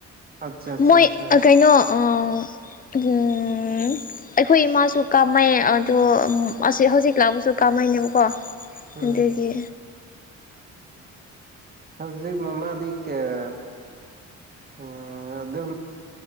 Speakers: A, on the right; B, on the left.
A: ꯑꯠꯆꯥ ꯑꯠꯆꯥ
B: ꯃꯣꯏ
A: ꯑꯠꯆꯥ
B: ꯀꯩꯅꯣ ꯑꯩꯈꯣꯏ ꯏꯃꯥꯁꯨ ꯀꯥꯃꯩ ꯑꯗꯣ ꯍꯧꯖꯤꯛ ꯂꯥꯛꯕꯁꯨ ꯀꯥꯝꯃꯩ ꯅꯦꯕꯀꯣ
A: ꯎꯝ
B: ꯑꯗꯨꯒꯤ
A: ꯍꯧꯖꯤꯛ ꯃꯃꯥꯗꯤ ꯀ ꯑ ꯑ ꯑꯗꯨ